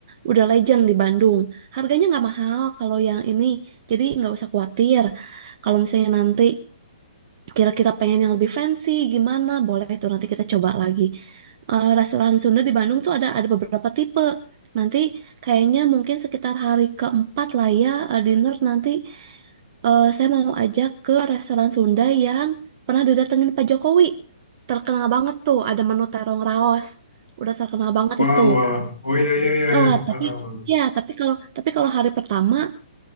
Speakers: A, on the right (about 40°); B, on the left (about 85°).
A: udah legend di Bandung. Harganya nggak mahal kalau yang ini, jadi nggak usah khawatir. Kalau misalnya nanti kira-kira pengen yang lebih fancy gimana boleh tuh nanti kita coba lagi Eh, restoran Sunda di Bandung tuh ada ada beberapa tipe nanti kayaknya mungkin sekitar hari keempat lah ya eh, dinner nanti eh, saya mau ajak ke restoran Sunda yang pernah didatengin Pak Jokowi terkenal banget tuh ada menu terong raos udah terkenal banget
B: Wow,
A: itu
B: wow. Oh iya, iya, iya.
A: eh
B: iya. Heeh,
A: tapi
B: wow.
A: ya tapi kalau tapi kalau hari pertama